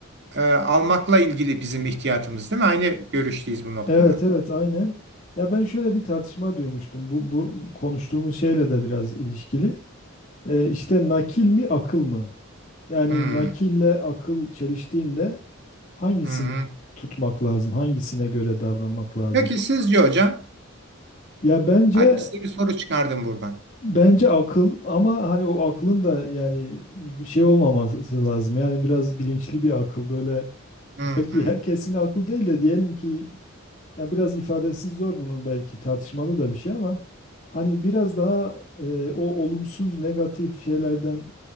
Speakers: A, on the right; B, on the left.
A: e, almakla ilgili bizim ihtiyatımız değil mi? Aynı görüşteyiz bu noktada.
B: Evet evet aynen. Ya ben şöyle bir tartışma duymuştum. Bu, bu konuştuğumuz şeyle de biraz ilişkili. E, işte nakil mi akıl mı? Yani
A: Hmm,
B: nakille akıl çeliştiğinde hangisini
A: hmm.
B: tutmak lazım? Hangisine göre davranmak lazım?
A: Peki sizce hocam?
B: Ya bence
A: Hadi size bir soru çıkardım buradan.
B: bence akıl ama hani o aklın da yani bir şey olmaması lazım. Yani biraz bilinçli bir akıl böyle
A: Hmm,
B: belki
A: hmm.
B: herkesin aklı değil de diyelim ki Ya biraz ifadesi zor bunun belki tartışmalı da bir şey ama hani biraz daha e, o olumsuz negatif şeylerden